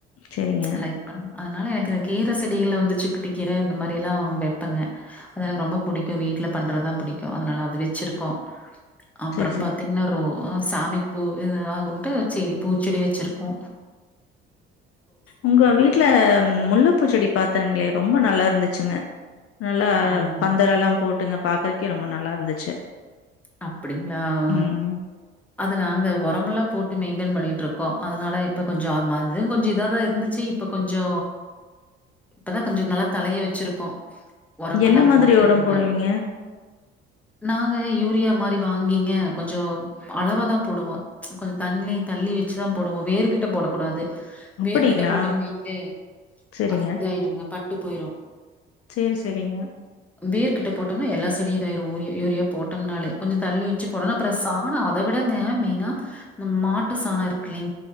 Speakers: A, on the left; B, in the centre.
A: சரிங்க
B: லைக் பண்ண அதனால எனக்கு இந்த கீர செடிகளை வந்து சிக்குட்டு கீர இந்த மாரி அப்பிடி எல்லா வெப்பங்க அது எனக்கு ரொம்ப புடிக்கு வீட்ல பண்றதுதா புடிக்கு அதனால அது வச்சிருக்கோ அப்பறோ
A: சரி, சரிங்க.
B: பாத்தீங்னா ரோ சாமிக்கு பூ இத ஆகுன்ட்டு சேரி பூச்செடி வச்சிருக்கோ
A: உங்க வீட்ல முல்லப்பூச்செடி பாத்தங்களே ரொம்ப நல்லா இருக்கு இருந்துச்சுங்க நல்லா
B: ஆமாங்க.
A: பந்தல் எல்லா போட்டுங்க பாக்றக்கே ரொம்ப நல்லா இருந்துச்சு
B: அப்டிங்களா ஆ
A: ம்.
B: அது நாங்க ஒரமெல்லா போட்டு இப்ப மெயின்டென் பண்ணிட்டு இருக்கோ அதனால இப்ப கொஞ்சோ இது கொஞ்சோ இதா தா இருந்துச்சு இப்போ கொஞ்சு இப்பதா கொஞ்சோ நல்லா தலைய வச்சிருக்கோ ஒரமெல்லா
A: என்ன மாதிரி
B: போட்டு
A: உரம்
B: கொஞ்சு
A: போடுவீங்க?
B: தண்ணி நாங்க யூரி யுரியா மாரி வாங்கிங்க கொஞ்சோ அளவா தா போடுவோ கொஞ்சோ தண்ணி தள்ளி வச்சுதா போடுவோ வேறு கிட்ட போடக்கூடாது
A: அப்படிங்களா?
B: வேர்கட்ட போட்டோனு வெய்ங்களே
A: சரிங்க.
B: அது இத ஆயிருங்க பட்டு போயிரு
A: சரி, சரிங்க.
B: வேர்கிட்ட போட்டோம்னா எல்லா அப்டி இதாயிரு ஊரியா யூரியா போட் போட்டோம்னாலே கொஞ்சோ தள்ளி வச்சு போடனு அப்புறோ சாணோ அத விடங்க மெயினா அந்த மாட்டு சாணோ இருக்கு இல்லங்